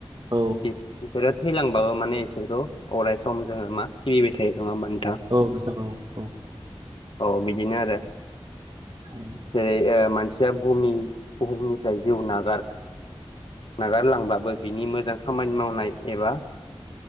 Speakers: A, on the right; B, on the left.
A: औ
B: बि-बिसोरो थैलांबाबो माने इसोरखौ अराय सम जोङो मा सिबिबाय थायो नङा होमबा नोंथां
A: औ नोंथां औ औ
B: औ बिदिनो आरो
A: ओम
B: जेरै ओ मानसिया बुुहुमनि बुहुमनिफ्राय जिउ नागार नागारलांब्लाबो बिनि मोजां खामानि मावनाय एबा